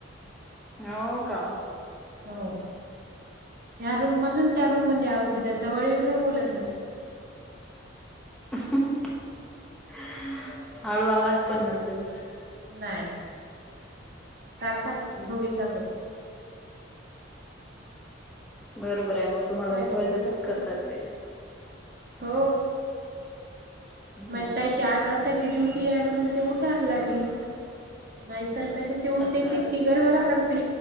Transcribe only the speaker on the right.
हो. या रूममधून त्या रूममध्ये आवाज देत्यात. जवळ येऊन बोलत नाहीत.
असं
करत्यात.
नाही. सारखाच दोघीचा पण.
काय
झोप लागते
मग
हो.
माजी ताईची, आठ वाजताची ड्युटीय, म्हणून ती उठायला लागली. नाही तर कशाची उठते
ती. ति गलबला करते.